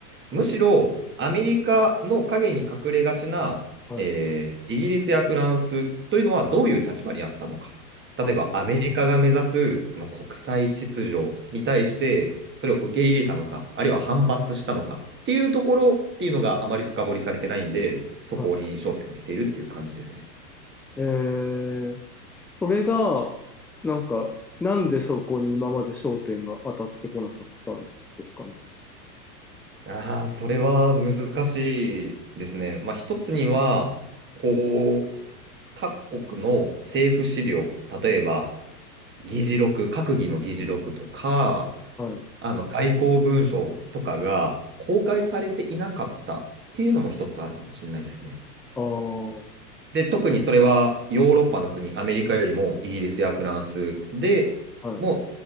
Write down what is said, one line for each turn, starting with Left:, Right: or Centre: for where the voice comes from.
Right: むしろアメリカの陰に隠れがちな、
Centre: えーはい。は
Right: えーイギリスやフランスというのはどういう立場にあったのか。例えばアメリカが目指すその国際秩序に対してそれを受け入れたのか、
Centre: い。
Right: あるいは反発したのかっていうところっていうのがあまり深掘りされてないんで、そこに焦点を当てているっていう感じですね。
Centre: はい。えーそれが、なんか、なんでそこに今まで焦点が当たってこなかったんですかね。
Right: ああ、それは難しいですね。まあ、一つには、こう、各国の政府資料、例えば、議事録、閣議の議事録とか、
Centre: はい。
Right: あの外交文書とかが公開されていなかったっていうのも一つあるかもしれないですね。
Centre: ああ、
Right: で、特にそれはヨーロッパの国、アメリカよりもイギリスやフランスで、
Centre: はい。
Right: も